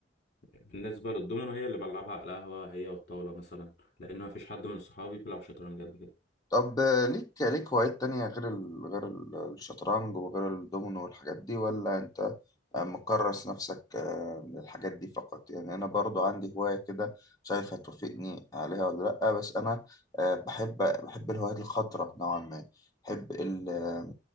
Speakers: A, on the left (about 40°); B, on the left (about 20°).
A: بالنسبه للدومينو هي اللي بلعبها على القهوه هي والطاوله مثلا لان ما فيش حد من صحابي بيلعب شطرنج قد كده
B: طب آه، ليك ليك هوايات تانية غير ال... غير ال- الشطرنج وغير الدومينو والحاجات دي ولا انت آه، مكرس نفسك آه، من الحاجات دي فقط يعني انا برضو عندي هواية كده شايف هتوافقني عليها ولا لأ بس انا آه، بحب بحب الهوايات الخطرة نوعا ما بحب ال... آه،